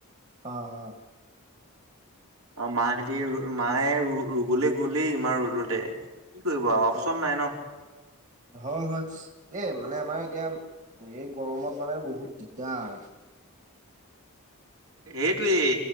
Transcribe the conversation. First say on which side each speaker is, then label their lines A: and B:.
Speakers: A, on the right; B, on the right.
A: অ', অ',
B: অঁ মাহেতি মায়ে ৰুবলৈ গলেই ইমান ৰদতে। কি কৰিব আৰু অপচন
A: তাক
B: নাই ন
A: হয় হয় এই মানে আমাৰ এতিয়া এই গৰমত মানে বহুত দিগদাৰ।
B: এটোৱেই